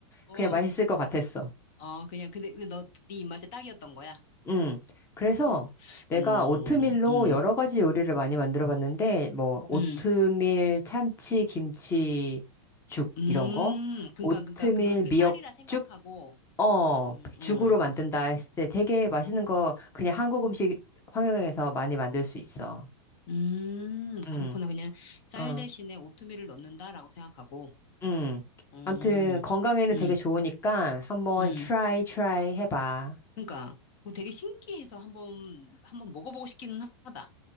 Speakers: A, on the left; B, on the left.
A: 어,
B: 그냥 맛있을 것
A: 저-
B: 같았어.
A: 어, 그냥, 근데, 근데 너, 네 입맛에 딱이었던 거야?
B: 음. 그래서
A: 어, 그,
B: 내가
A: 어,
B: 오트밀로
A: 음,
B: 여러 가지 요리를 많이 만들어 봤는데, 뭐, 오트밀,
A: 음,
B: 참치, 김치, 죽,
A: 음,
B: 이런 거.
A: 그니까,
B: 오트밀,
A: 그니까, 그걸, 그
B: 미역죽?
A: 쌀이라 생각하고,
B: 어,
A: 음, 어,
B: 죽으로 만든다 했을 때 되게 맛있는 거 그냥 한국 음식 환경에서 많이 만들 수 있어.
A: 음,
B: 음,
A: 그렇구나. 그냥 쌀
B: 어,
A: 대신에 오트밀을 넣는다라고 생각하고,
B: 음.
A: 어,
B: 아무튼 건강에는
A: 음,
B: 되게 좋으니까 한번
A: 음,
B: try, try 해봐.
A: 그니까, 뭐 되게 신기해서 한번, 한번 먹어보고 싶기는 하다.